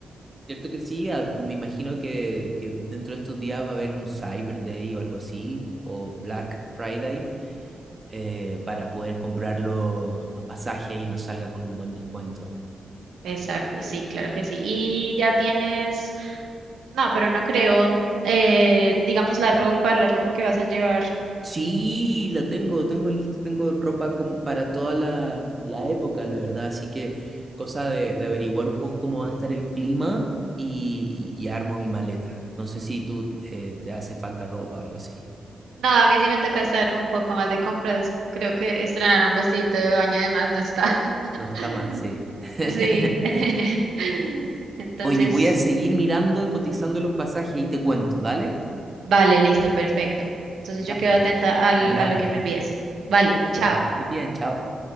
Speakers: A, on the right; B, on the right.
A: Cierto que sí, a- me imagino que, que dentro de estos días va a haber un Cyber Day o algo así, o Black Friday, eh, para poder comprar lo- los pasajes y nos salga con un buen descuento.
B: Exacto, sí, claro que sí. Y ya tienes, no, pero no creo, eh, digamos la ropa, la ropa que vas a llevar.
A: Sí, la tengo, tengo listo, tengo ropa como para toda la, la época, la verdad, así que cosa de, de averiguar un poco cómo va a estar el clima y, y armo mi maleta. No sé si tú eh, te hace falta ropa o algo así.
B: No, a mí sí me toca hacer un poco más de compras. Creo que estrenar un vestidito de baño de más no está.
A: No está
B: <laughs>
A: mal, sí. <laughs>
B: Sí. <laughs> Entonces,
A: Oye, voy a seguir mirando y cotizando los pasajes y te cuento, ¿dale?
B: vale, listo, perfecto. Entonces
A: Ya,
B: yo quedo
A: pues.
B: atenta al,
A: Hablamos.
B: a lo que me envíes. Vale, chao.
A: Pero, que estés bien, chao.